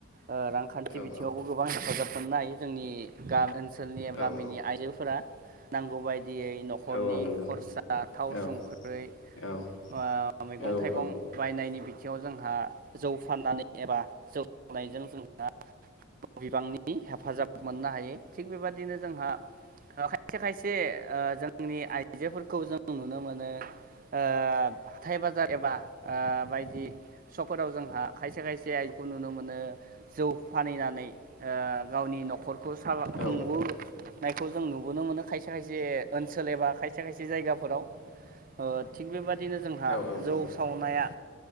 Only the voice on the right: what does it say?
ओ रांखान्थि
बिथिङावबो
गोबां हेफाजाब मोनननो हायो जोंनि गामि ओनसोलनि
गामिनि
आइजोफोरा नांगौबाय दियै नखरनि
खरसा थाव
संख्रै‌
ओ मैगं
थाइगं
बायनायनि बि थिंयाव जोंहा जौ फाननानै एबा जौ सावनायजों जोंहा बिबांनि हेफाजाब मोननो हायो थिग बेबादिनो जोंहा अ खायसे-खायसे ओ जोंनि आइजोफोरखौ जों नुनो मोनो ओ हाथाय बाजार एबा ओ बायदि सकफोराव जोंहा खायसे खायसे आइखौ नुनो मोनो जौ फानैनानै ओ गावनि न'खर खौ सा
खुंबोनायखौ जों नुबोनो मोनो खायसे खायसे ओन सोल एबा खायसे खायसे जायगाफोराव ओ थिग बेबादि बिदिनो जोंहा
जौ सावनाया